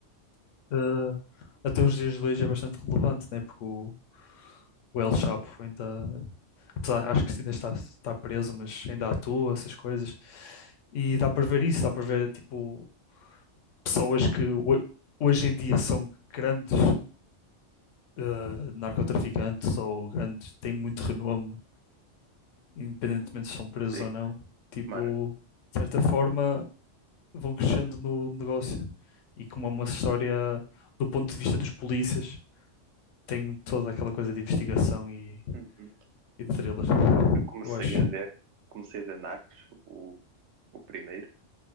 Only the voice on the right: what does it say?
Sim.
Mano,
uhum.
Eu comecei
a ver, comecei a ver Narcos, o, o primeiro.